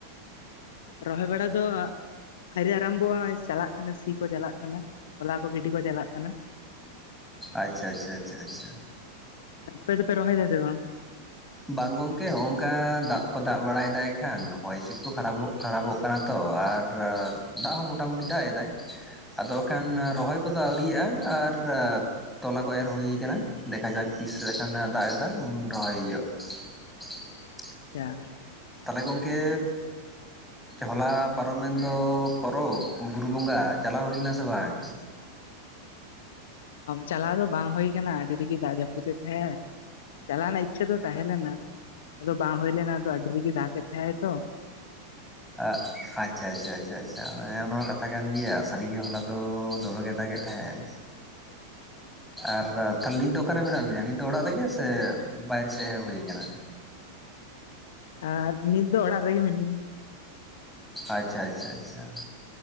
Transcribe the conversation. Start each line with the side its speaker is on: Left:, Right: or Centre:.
Left: ᱨᱚᱦᱚᱭ ᱵᱟᱲᱟ ᱫᱚ ᱟᱹᱣᱨᱤ ᱟᱨᱟᱢᱵᱷᱚᱜᱼᱟ ᱱᱚ ᱪᱟᱞᱟᱜ ᱠᱟᱱᱟ ᱥᱤ ᱠᱚ ᱪᱟᱞᱟᱜ ᱠᱟᱱᱟ ᱛᱚᱞᱟ ᱠᱚ ᱜᱤᱰᱤ ᱠᱚ ᱪᱟᱞᱟᱜ ᱠᱟᱱᱟ᱾
Centre: ᱟᱪᱪᱷᱟ ᱟᱪᱪᱷᱟ ᱟᱪᱪᱷᱟ ᱟᱪᱪᱷᱟ᱾
Left: ᱟᱯᱮ ᱫᱚ ᱯᱮ ᱨᱚᱦᱚᱭ ᱫᱟ ᱥᱮ ᱵᱟᱝ?
Centre: ᱵᱟᱝ ᱜᱚᱝᱠᱮ ᱦᱚᱝᱠᱟ ᱫᱟᱜ ᱠᱚ ᱫᱟᱜ ᱵᱟᱲᱟᱭᱮᱫᱟᱭ ᱠᱷᱟᱱ ᱦᱚᱭ ᱦᱤᱸᱥᱤᱫ ᱠᱚ ᱠᱷᱟᱨᱟᱵᱚᱜ ᱠᱷᱟᱨᱟᱵᱚᱜ ᱠᱟᱱᱟ ᱛᱚ ᱟᱨ ᱫᱟᱜ ᱦᱚᱸ ᱢᱳᱴᱟᱢᱩᱴᱤ ᱫᱟᱜ ᱮᱫᱟᱭ᱾ ᱟᱫᱚ ᱟᱠᱷᱟᱱ ᱨᱚᱦᱚᱭ ᱠᱚᱫᱚ ᱟᱹᱣᱨᱤᱭᱟᱜ-ᱟ ᱟᱨ ᱛᱚᱞᱟ ᱠᱚ ᱮᱨ ᱦᱩᱭ ᱠᱟᱱᱟ ᱫᱮᱠᱷᱟ ᱡᱟᱠ ᱛᱤᱥ ᱞᱮᱠᱷᱟᱱ ᱫᱟᱜ ᱮ ᱫᱟᱜ ᱮᱫᱟ ᱩᱱᱤ ᱨᱚᱦᱚᱭ ᱦᱩᱭᱩᱜ-ᱟ᱾ <unintelligible>
Left: ᱪᱷᱟ᱾
Centre: ᱛᱟᱦᱚᱞᱮ ᱜᱚᱢᱠᱮ ᱦᱚᱞᱟ ᱯᱟᱨᱚᱢᱮᱱᱫᱚ ᱯᱚᱨᱚᱵᱽ ᱵᱩᱨᱩ ᱵᱚᱸᱜᱟ ᱪᱟᱞᱟᱣ ᱦᱩᱭ ᱞᱮᱱᱟ ᱥᱮ ᱵᱟᱝ?
Left: ᱪᱟᱞᱟᱣ ᱫᱚ ᱵᱟᱝ ᱦᱩᱭ ᱠᱟᱱᱟ ᱟᱹᱰᱤ ᱨᱟᱜᱮ ᱫᱟᱜ ᱡᱟᱹᱯᱩᱫ ᱛᱟᱦᱮᱫ ᱮ, ᱪᱟᱞᱟᱣ ᱨᱮᱱᱟᱜ ᱤᱪᱪᱷᱟ ᱫᱚ ᱛᱟᱦᱮᱸᱞᱮᱱᱟ ᱟᱫᱚ ᱵᱟ ᱵᱟᱝ ᱦᱳᱭᱱᱟ ᱟᱫᱚ ᱟᱹᱰᱤᱨᱟᱜᱤ ᱫᱟᱜᱛᱮ ᱛᱟᱦᱮᱸᱱᱟᱭ ᱛᱚ
Centre: ᱟᱜ ᱟᱪᱪᱷᱟ ᱟᱪᱪᱷᱟ ᱟᱪᱪᱷᱟ ᱟᱪᱪᱷᱟ ᱮᱸ ᱱᱚᱣᱟ ᱠᱟᱛᱷᱟ ᱠᱟᱱ ᱜᱮᱭᱟ ᱥᱟᱹᱨᱤᱜᱮ ᱦᱚᱞᱟ ᱫᱚ ᱫᱚᱢᱮ ᱜᱮ ᱫᱟᱜᱮ ᱛᱟᱦᱮᱸᱜ-ᱮ᱾
Left: <inaudible>
Centre: ᱟᱨ ᱛᱟᱦᱚᱞᱮ ᱱᱤᱛ ᱫᱚ ᱚᱠᱟᱨᱮ ᱢᱮᱱᱟᱜ ᱵᱤᱱᱟ ᱱᱤᱛ ᱫᱚ ᱚᱲᱟᱜ ᱨᱮᱜᱮ ᱥᱮ ᱵᱟᱭᱨᱮ ᱥᱮᱫ ᱦᱮᱡ ᱦᱩᱭ ᱠᱟᱱᱟ?
Left: ᱟᱨ ᱱᱤᱫ ᱫᱚ ᱚᱲᱟᱜ ᱨᱮᱜᱤ ᱢᱤᱱᱤᱧᱟ᱾
Centre: ᱟᱪᱪᱷᱟ ᱟᱪᱪᱷᱟ ᱟᱪᱪᱷᱟ ᱟᱪᱪᱷᱟ᱾